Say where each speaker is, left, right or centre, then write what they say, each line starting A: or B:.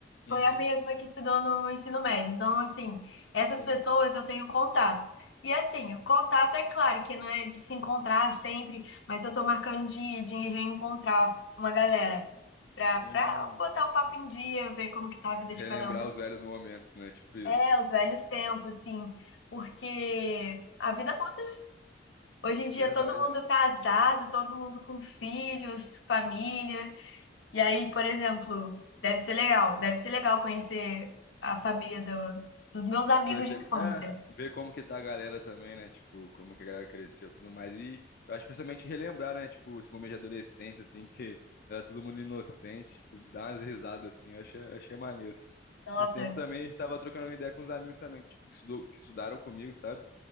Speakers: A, on the left; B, on the left.
A: uhum,
B: foi a mesma que estudou no ensino médio. Então, assim, essas
A: sim.
B: pessoas eu tenho contato. E assim, o contato é claro que não é de se encontrar sempre, mas eu tô marcando de, de reencontrar uma galera pra,
A: Hum.
B: pra botar o papo em dia, ver como que tá a vida
A: Relembrar
B: de cada um.
A: os velhos momentos, né? Tipo isso.
B: É, os velhos tempos, assim, porque a vida muda, né? Hoje em dia
A: Verdade,
B: todo mundo
A: né?
B: casado, todo mundo com filhos, família. E aí, por exemplo, deve ser legal, deve ser legal conhecer a família do- dos meus amigos
A: Conhecer,
B: de infância.
A: é, ver como que tá a galera também, né? Tipo, como que a galera cresceu e tudo mais. E eu acho que principalmente relembrar, né? Tipo, esse momento de adolescência, assim, que era todo mundo inocente, tipo, dar umas risadas, assim, eu achei, achei maneiro.
B: Nossa,
A: Esse tempo também a gente tava trocando uma ideia com uns amigos também, que, tipo, que, estudou, que estudaram comigo, sabe?